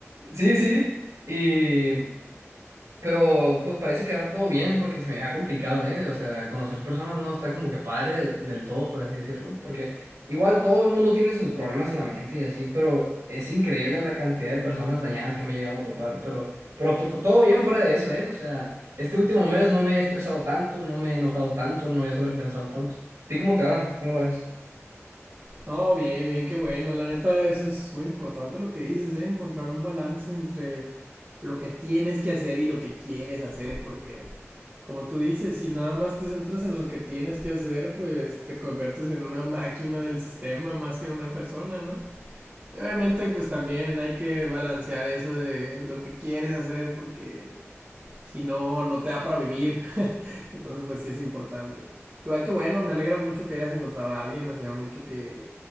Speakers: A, on the right (about 80°); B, on the right (about 30°).
A: sí, sí. Y pero pues parece que va todo bien porque se me ha complicado, ¿eh? O sea, conocer personas no está como que padre del todo, por así decirlo, porque igual todo el mundo tiene sus problemas en la mente y así, pero es increíble la cantidad de personas dañadas que me he llegado a topar, pero, pero to- todo bien fuera de eso, ¿eh? O sea, este último mes no me he estresado tanto, no me he enojado tanto, no he sobrepensado tanto. ¿A ti cómo te va? ¿Cómo lo ves?
B: No, bien, bien, qué bueno. La neta, eso es muy importante lo que dices, ¿eh? Encontrar un balance entre lo que tienes que hacer y lo que quieres hacer, porque como tú dices, si nada más te centras en lo que tienes que hacer, pues te conviertes en una máquina del sistema más que en una persona, ¿no? Y obviamente, pues también hay que balancear eso de lo que quieres hacer porque si no, no te da para vivir. <laughs> Entonces, pues sí es importante. Igual que bueno, me alegra mucho que hayas encontrado a alguien, hacía mucho que,